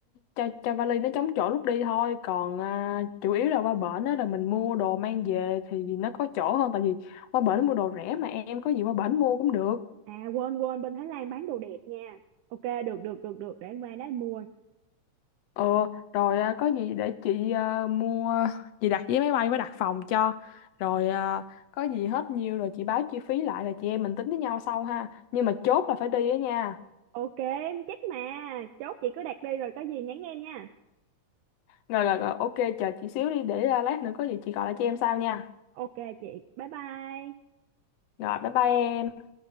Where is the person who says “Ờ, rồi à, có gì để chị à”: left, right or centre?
Left